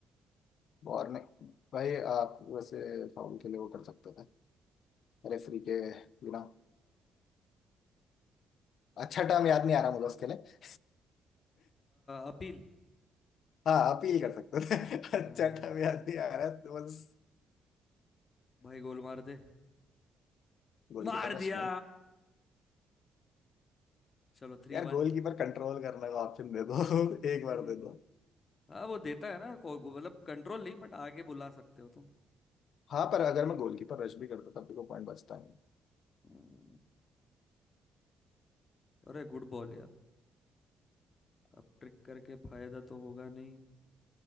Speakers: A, on the left; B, on the left.
A: और नहीं भाई आप वैसे फाउल के लिए वो कर सकते थे रेफरी के बिना अच्छा
B: अ,
A: टर्म याद नहीं आ रहा मुझे उसके लिए
B: अपील
A: हाँ अपील कर सकते थे <laughs> अच्छा
B: अ,
A: टर्म याद नहीं आ रहा तो बस
B: भाई गोल मार दे
A: गोलकीपर
B: मार
A: रश
B: दिया
A: नहीं
B: चलो थ्री
A: यार
B: वन
A: गोलकीपर कंट्रोल करने का ऑप्शन दे दो <laughs> एक
B: हम्म,
A: बार दे दो
B: हाँ वो देता है ना को- को- मतलब कंट्रोल नहीं बट आगे बुला सकते हो तुम
A: हाँ पर अगर मैं गोलकीपर रश भी करता तब भी कोई पॉइंट बचता नहीं
B: हम्म, अरे गुड बॉल यार अब ट्रिक करके फायदा तो होगा नहीं